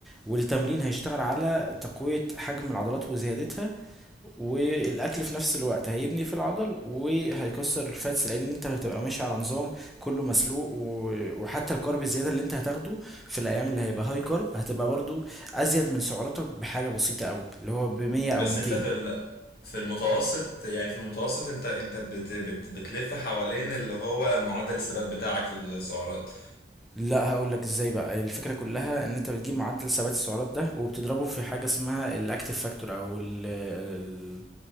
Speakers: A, in the centre; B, on the left.
A: والتمرين هيشتغل على تقويه حجم العضلات وزيادتها والاكل في نفس الوقت هيبني في العضل وهيكسر الفاتس لان انت هتبقى ماشي على نظام كله مسلوق و- وحتى الكارب الزياده اللي انت هتاخده في الايام اللي هيبقى هاي كارب هتبقى برضو ازيد من سعراتك بحاجه بسيطه قوي اللي هو ب 100 او
B: بس
A: 200
B: انت في ال في المتوسط يعني في المتوسط انت انت بت بت بتلف حوالين اللي هو معدل الثبات بتاعك في السعرات
A: لا هقول لك ازاي بقى الفكره كلها ان انت بتجيب معدل ثبات السعرات ده وبتضربه في حاجه اسمها الاكتيف فاكتور او ال